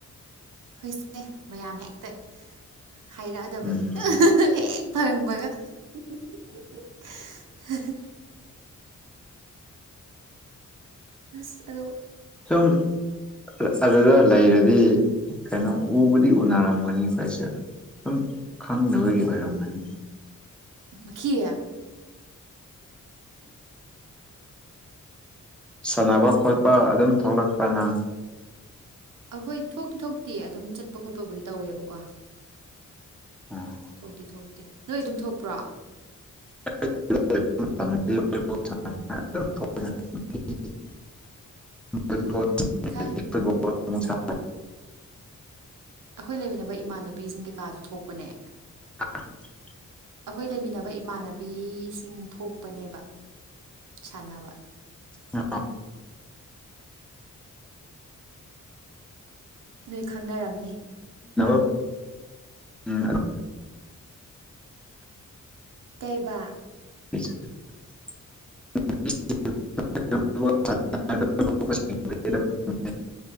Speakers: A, on the right; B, in the centre.
A: ꯍꯣꯏꯁꯦ ꯃꯌꯥꯝ ꯍꯦꯛꯇ ꯍꯥꯏꯔꯛꯑꯗꯕꯅꯤ
B: ꯎꯝ
A: ꯍꯦꯛ ꯐꯪꯕꯒ <unintelligible> ꯑꯁ ꯑꯗꯣ
B: <unintelligible> ꯑꯗꯨꯗ ꯂꯩꯔꯗꯤ ꯀꯩꯅꯣ ꯎꯕꯨꯗꯤ ꯎꯅꯔꯝꯒꯅꯤ ꯑꯩꯈꯣꯏꯁꯦ ꯁꯨꯝ ꯈꯪꯗꯕꯒꯤ ꯑꯣꯏꯔꯝꯒꯅꯤ
A: ꯇꯣꯈꯤ
B: ꯁꯥꯟꯅꯕ ꯈꯣꯠꯄ ꯑꯗꯨꯝ ꯊꯣꯛꯂꯛꯄ꯭ꯔꯥ ꯅꯪ
A: ꯑꯩꯈꯣꯏ ꯊꯣꯛꯇꯤ ꯊꯣꯛꯇꯤ ꯑꯗꯨꯝ ꯆꯠꯄ ꯈꯣꯠꯄꯕꯨꯗꯤ ꯇꯧꯋꯦꯕꯀꯣ
B: ꯎꯝ
A: ꯊꯣꯛꯇꯤ ꯊꯣꯛꯇꯦ ꯅꯣꯏ ꯑꯗꯨꯝ ꯊꯣꯛꯄ꯭ꯔꯣ
B: <unintelligible> <unintelligible>
A: ꯎꯝ ꯈꯪ ꯑꯩꯈꯣꯏ ꯂꯩꯃꯤꯟꯅꯕ ꯏꯃꯥꯟꯅꯕꯤꯁꯤꯡ ꯀꯩꯀꯥꯁꯨ ꯊꯣꯛꯄꯅꯦ
B: <unintelligible>
A: ꯑꯩꯈꯣꯏ ꯂꯩꯃꯤꯟꯅꯕ ꯏꯃꯥꯟꯅꯕꯤꯁꯤꯡ ꯊꯣꯛꯄꯅꯦꯕ ꯁꯅꯕ
B: ꯑ
A: ꯅꯣꯏ ꯈꯪꯅꯔꯝꯅꯤ
B: ꯑ ꯎꯝ
A: ꯀꯩꯕꯥ
B: <inaudible> <inaudible>